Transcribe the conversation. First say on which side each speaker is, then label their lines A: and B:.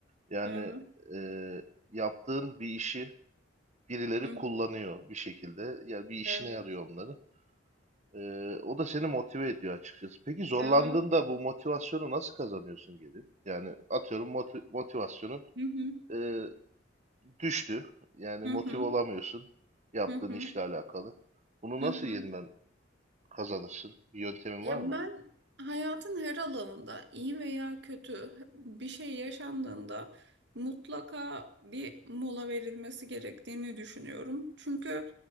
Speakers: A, on the right; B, on the right.
A: Yani
B: Evet.
A: e, yaptığın bir işi birileri
B: Hı.
A: kullanıyor bir şekilde. Yani bir işine
B: Evet.
A: yarıyor onları. Ee, o da seni motive ediyor açıkçası. Peki zorlandığında
B: Evet.
A: bu motivasyonu nasıl kazanıyorsun geri? Yani atıyorum moti- motivasyonun
B: Hı hı.
A: e, düştü. Yani
B: Hı
A: motive
B: hı.
A: olamıyorsun yaptığın
B: Hı hı.
A: işle alakalı. Bunu
B: Hı
A: nasıl
B: hı.
A: yeniden kazanırsın? Bir yöntemin
B: Ya
A: var mı?
B: ben hayatın her alanında iyi veya kötü bir şey yaşandığında mutlaka bir mola verilmesi gerektiğini düşünüyorum. Çünkü